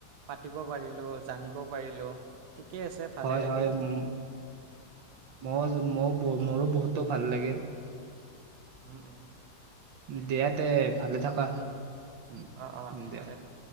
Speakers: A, on the right; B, on the right.
A: পাতিব পাৰিলোঁ জানিব পাৰিলোঁ। ঠিকেই আছে ভালে
B: হয়-হয়
A: লাগিল।
B: উম মই <unintelligible> ব মোৰো বহুতো ভাল লাগিল।
A: উম-উম
B: দিয়া তে ভালে থাকা
A: উম, উম,
B: উম
A: অ', অ',
B: দিয়া।
A: ভালে থাকা।